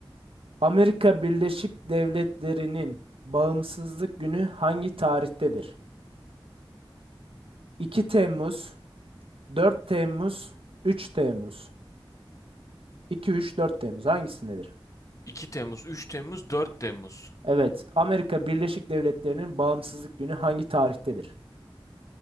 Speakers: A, on the right; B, on the left.
A: Amerika Birleşik Devletleri'nin bağımsızlık günü hangi tarihtedir? 2 Temmuz, 4 Temmuz, 3 Temmuz. 2, 3, 4 Temmuz hangisindedir?
B: 2 Temmuz, 3 Temmuz, 4 Temmuz.
A: Evet, Amerika Birleşik Devletleri'nin bağımsızlık günü hangi tarihtedir?